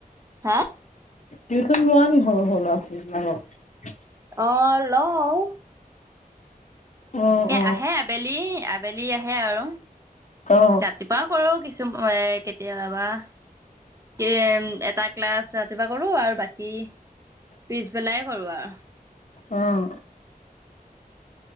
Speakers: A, on the right; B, on the left.
A: হা
B: টিউচন লোৱা নি সৰু সৰু ল'ৰা ছোৱালী বিলাকক।
A: অ লওঁ।
B: অ
A: তা কে
B: অ
A: আহে আবেলি আবেলি আহে আৰু
B: অ
A: ৰাতিপুৱাও কৰো কিছু চু <unintelligible> কেতিয়াবা বাহ এ এটা ক্লাছ ৰাতিপুৱা কৰো আৰু বাকী পিছবেলাই কৰো আৰু
B: আহ।